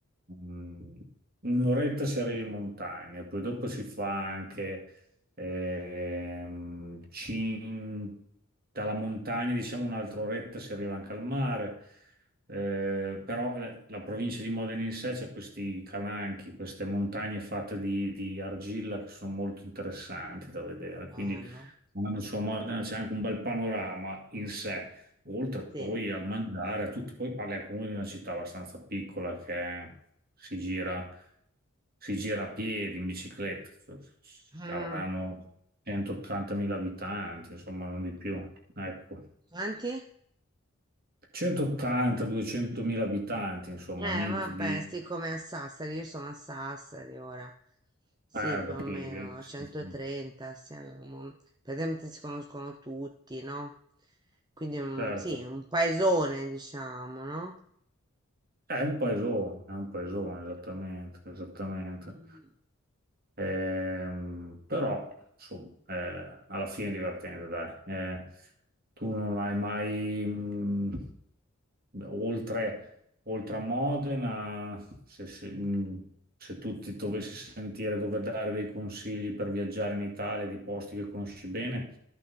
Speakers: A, on the right (about 45°); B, on the right (about 20°).
A: Mm, Un'oretta si arriva in montagna, poi dopo si fa anche ehm, cin- dalla montagna, diciamo un'altra oretta si arriva anche al mare, Eh, però eh, la provincia di Modena in sé c'è questi calanchi, queste montagne fatte di, di argilla che sono molto interessanti da vedere,
B: bello,
A: quindi andando su a Modena c'è anche un bel panorama in sé Oltre poi
B: sì.
A: al mangiare, a tutto, poi parli comunque di una città abbastanza piccola che si gira, si gira a piedi, in bicicletta, saranno
B: Mm.
A: 180.000 abitanti, insomma, non di più. Ecco,
B: Quanti?
A: 180-200.000 abitanti, insomma,
B: Eh,
A: niente
B: vabbè,
A: di...
B: sì, come a Sassari, io sono a Sassari ora. Sì,
A: Eh,
B: più
A: capi-
B: o meno,
A: eh,
B: a
A: sì,
B: 130
A: sì,
B: siamo. Praticamente si conoscono tutti, no? Quindi, un-
A: certo,
B: sì, un paesone, diciamo, no?
A: è un paesone, è un paesone, esattamente, esattamente.
B: Mm,
A: Ehm, però, insomma, eh, alla fine è divertente, dai. Eh, tu non hai mai, mh, oltre, oltre a Modena, se, se- mh, se tu ti dovessi sentire dove dare dei consigli per viaggiare in Italia, di posti che conosci bene,